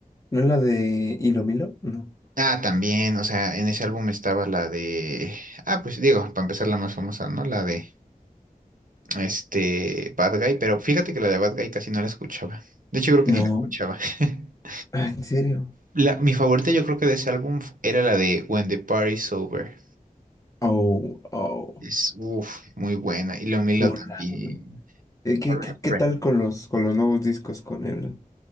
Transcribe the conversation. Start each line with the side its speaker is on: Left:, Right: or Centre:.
Left: ¿No es la de Hilo Milo? No.
Right: Ah, también, o sea, en ese álbum estaba la de... Ah, pues digo, para empezar la más famosa, ¿no? La de, este, Bad Guy, pero fíjate que la de Bad Guy casi no la escuchaba. De hecho, creo que
Left: No.
Right: ni la escuchaba. <laughs>
Left: Ah, ¿En serio?
Right: La, mi favorita yo creo que de ese álbum era la de When the Party's Over.
Left: Oh, oh,
Right: Es, uff, muy buena. Y lo Milo
Left: chulada.
Right: también.
Left: Eh, ¿Qué,
Right: Burning
Left: qué, qué
Right: Friend.
Left: tal con los, con los nuevos discos? Con el,